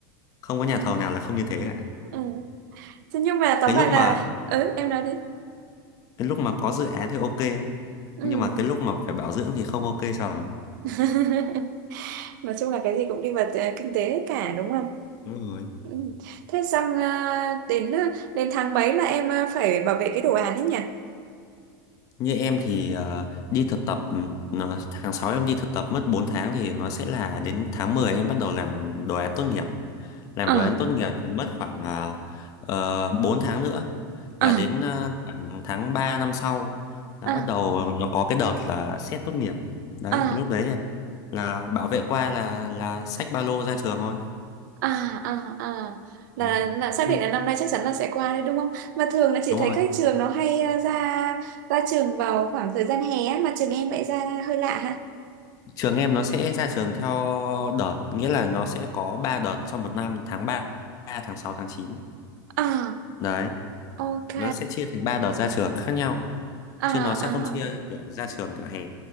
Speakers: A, on the left; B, on the right.
A: không
B: ừ.
A: có nhà thầu nào là không như thế cả.
B: Ừ. Thế nhưng mà tóm
A: cái
B: lại
A: lúc mà
B: là ừ em nói đi
A: cái lúc mà có dự án thì ok đấy
B: ừ.
A: nhưng mà cái lúc mà phải bảo dưỡng thì không ok sao lắm
B: <laughs> nói chung là cái gì cũng đi vào ờ, kinh tế hết cả đúng không
A: đúng rồi
B: ừ. thế xong ờ, đến ờ, đến tháng mấy là em ờ, phải bảo vệ cái đồ án ấy nhỉ
A: như em thì ờ, đi thực tập ừ, nó- tháng 6 em đi thực tập mất bốn tháng thì nó sẽ là đến tháng 10 em bắt đầu làm đồ án tốt nghiệp làm
B: ờ
A: đồ án tốt nghiệp thì mất khoảng uh, 4 tháng nữa
B: ờ
A: là đến ờ, khoảng tháng 3 năm sau là
B: ờ
A: bắt đầu nó có cái đợt là xét tốt nghiệp đấy
B: ờ
A: thì lúc đấy là, là bảo vệ qua là là xách ba lô ra trường thôi
B: à à à là,
A: đấy
B: là xác
A: Nhưng-
B: định là năm nay chắc chắn là sẽ qua đấy đúng không mà thường là chị
A: đúng
B: thấy
A: rồi
B: các trường nó hay à, ra ra trường vào khoảng thời gian hè á, mà trường em lại ra hơi lạ ha
A: Trường em nó sẽ ra trường theo đợt, nghĩa là nó sẽ có 3 đợt trong một năm, tháng ba tháng sáu tháng chín
B: à
A: Đấy,
B: ok
A: nó sẽ chia thành 3 đợt ra trường khác nhau,
B: à
A: chứ nó sẽ
B: à
A: không chia
B: à
A: kiểu ra trường kiểu hè.